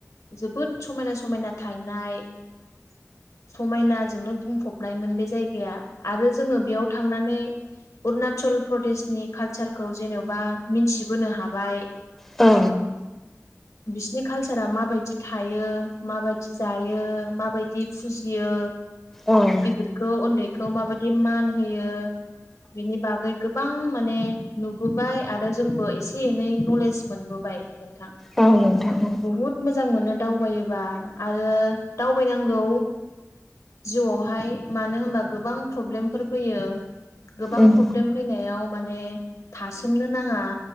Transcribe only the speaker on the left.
जोबोद समायना समायना थायनाय समायनाजोंनो बुंफबनायमोन बे जायगाया आरो जोङो बेयाव थांनानै अरुणाचल प्रदेशनि कालचारखौ जेन'बा मिथिबोनो हाबाय
बिसिनि कालसारा माबायदि थायो माबायदि जायो माबायदि फुजियो।
गिदिरखौ उन्दैखौ माबायदि मान होयो। बेनि बागै गोबां माने नुबोबाय आरो जोंबो एसे एनै नलेज मोनबोबायो नोंथां
बुहुद मोजां मोनो दावबायोबा आरो दावबायनांगौ। जिउआवहाय मानो होनबा गोबां प्रब्लेमफोर फैयो गोबां
प्रब्लेमा फैनायाव माने थासोमनो नाङा